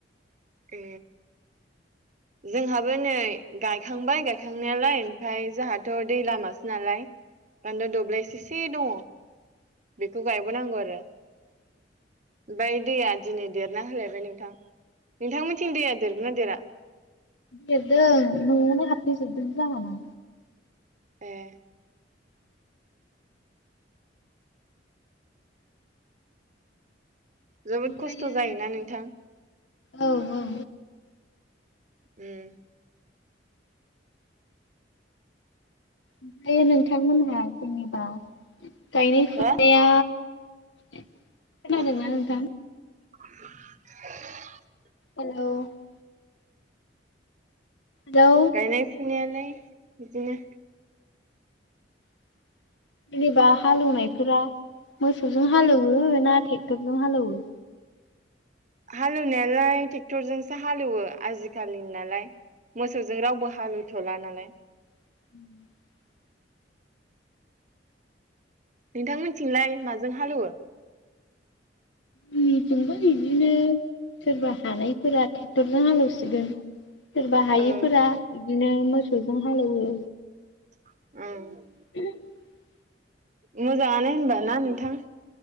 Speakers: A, on the right; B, on the left.
A: ए जोंहाबो नै गायखांबाय गायखांनायालाय ओमफ्राय जोंहाथ' दै लामासो नालाय बान्दो दब्लायसेसे दङ। बेखौ गायबोनांगौ आरो ओमफ्राय दैया दिनै देरना होलायबाय नोंथां नोंथां मोनिथिं दैया देरगोनना देरा?
B: देरदों न'आवनो हाबफैजोबदों जोंहाना।
A: एह जोबोद
B: ओमफ्रायो
A: खस्थ' जायोना नोंथां?
B: औ औ
A: उम
B: ओमफ्रायो नोंथांमोनहा जेनेबा गायनाय फुनाया
A: हो
B: खोनादोंना
A: उम
B: नोंथां?
A: <inaudible>
B: हेलौ हेल'
A: गायनाय फुनायालाय बिदिनो
B: <inaudible> जेनेबा हालेवनायफोरा मोसौजों हालेवयो ना टेक्टरजों हालेवयो?
A: हालेवनायालाय ट्रेक्टरजोंसो हालेवो आजिखालि नालाय मोसौजों रावबो हालेवथ'ला नालाय
B: <inaudible>
A: नोंथां मोनिथिंलाय माजों हालेवो?
B: जोंनिथिंबो इदिनो सोरबा हानायफोरा ट्रेक्टरजों हालेवसिगोन सोरबा हायिफोरा
A: औ
B: बिदिनो मोसौजों हालौवो।
A: औ
B: <unintelligible>
A: मोजाङानो होनबा ना नोंथां?